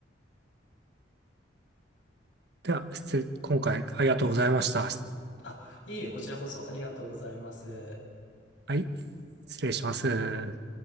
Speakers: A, on the right; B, on the left.
A: では、失礼、今回ありがとうございました。
B: あ、いえいえ、こちらこそありがとうございます。
A: はい。失礼します。